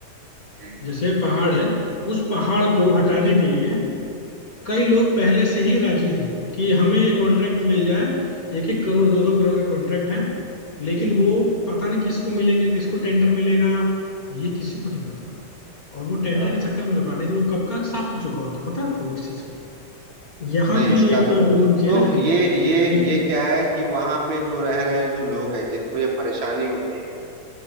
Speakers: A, on the right (about 60°); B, on the left (about 35°).
A: जी
B: जैसे पहाड़ है उस पहाड़ को हटाने के लिए कई लोग पहले से ही राजी हैं कि हमें ये कॉन्ट्रैक्ट मिल जाए एक एक करोड़ दो दो करोड़ के कॉन्ट्रैक्ट हैं लेकिन
A: जी,
B: वो पता नहीं किसको मिलेंगे किसको टेंडर मिलेगा ये किसी को नहीं पता और वो टेंडर
A: हाँ
B: के चक्कर में रुका नहीं तो वो कब का साफ हो चुका होता पता है आपको इस चीज का यहाँ
A: नहीं
B: भी
A: इसका
B: एक
A: तो
B: वो
A: नहीं
B: होनी चाहिए
A: तो
B: ना
A: ये ये
B: जिम-
A: ये क्या है कि वहां पे जो रह रहे जो लोग हैं जिनको ये परेशानी होती है